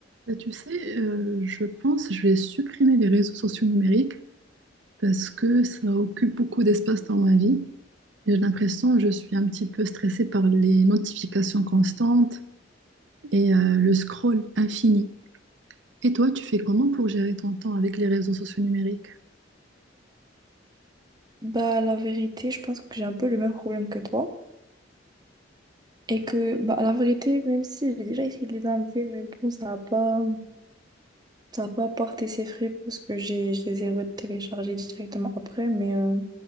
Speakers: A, on the right; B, on the right.
A: Bah, tu sais, euh, je pense que je vais supprimer les réseaux sociaux numériques parce que ça occupe beaucoup d'espace dans ma vie. Et J'ai l'impression que je suis un petit peu stressée par les notifications constantes et euh, le scroll infini. Et toi, tu fais comment pour gérer ton temps avec les réseaux sociaux numériques?
B: Bah, la vérité, je pense que j'ai un peu le même problème que toi. Et que, bah, la vérité, même si j'ai déjà essayé de les enlever, mais bon, ça n'a pas, ça a pas porté ses fruits parce que j'ai, je les ai retéléchargés directement après. Mais euh,